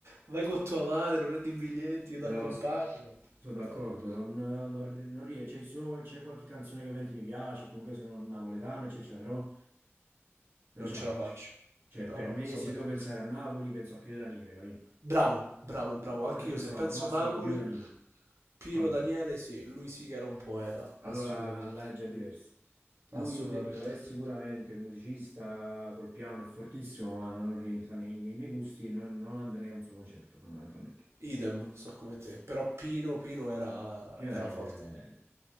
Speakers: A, on the right; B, on the right.
A: Vai con tua madre, prendi i biglietti, io
B: No,
A: ti accompagno.
B: s- sono d'accordo,
A: No, no,
B: non, non, non rie- C'è solo- c'è qualche canzone che ovviamente mi piace, comunque sono napoletano, eccetera, però non
A: non
B: ce
A: ce
B: la faccio.
A: la faccio.
B: Cioè,
A: No,
B: per
A: no,
B: me,
A: sono
B: se
A: d'accordo.
B: devo pensare a Napoli, penso a Pio Daniele, capì?
A: Bravo, bravo, bravo. Anche
B: Se devo
A: io,
B: pensare
A: se penso
B: a un classico,
A: Napoli,
B: dico Pio Daniele,
A: Pino
B: tutta la vita.
A: Daniele, sì, lui sì che era un poeta.
B: Allora
A: Assolutamente,
B: là è già diverso. Lui,
A: assolutamente
B: ho detto, è sicuramente
A: sì.
B: un musicista col piano, è fortissimo, ma non rientra nei, nei miei gusti e non, non andrei a un suo concerto, fondamentalmente.
A: Idem, so come te. Però Pino, Pino era,
B: Pio
A: era
B: Daniele
A: forte.
B: è